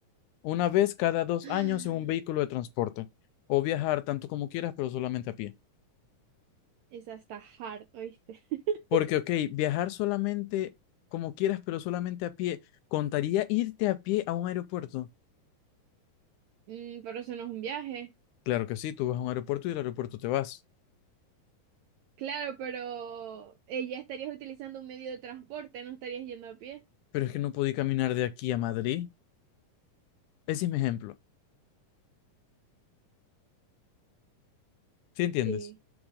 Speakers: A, on the left; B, on the right.
A: una vez cada dos
B: <laughs>
A: años en un vehículo
B: <sighs>
A: de transporte. O viajar tanto como quieras, pero solamente a pie.
B: Esa está hard, ¿oíste? <laughs>
A: Porque, ok, viajar solamente como quieras, pero solamente a pie, ¿contaría irte a pie a un aeropuerto?
B: Mm, pero eso no es un viaje.
A: Claro que sí, tú vas a un aeropuerto y del aeropuerto te vas.
B: Claro, pero eh, ya estarías utilizando un medio de transporte, no estarías yendo a pie.
A: Pero es que no podí caminar de aquí a Madrid. Ese es mi ejemplo. ¿Sí entiendes?
B: Sí,